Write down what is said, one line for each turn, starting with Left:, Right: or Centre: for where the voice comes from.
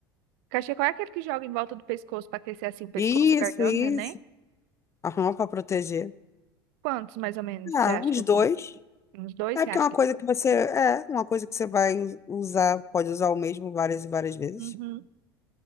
Right: Cachecol é aquele que joga em volta do pescoço para aquecer assim o pescoço,
Left: Isso,
Right: a garganta,
Left: isso.
Right: né?
Left: Aham, pra proteger.
Right: Quantos, mais ou menos, você
Left: Ah,
Right: acha
Left: os
Right: que eu
Left: dois.
Right: compro? Uns dois,
Left: É
Right: você
Left: porque
Right: acha
Left: é uma
Right: que...
Left: coisa que você. É, uma coisa que você vai u- usar, pode usar o mesmo várias e várias vezes,
Right: Uhum.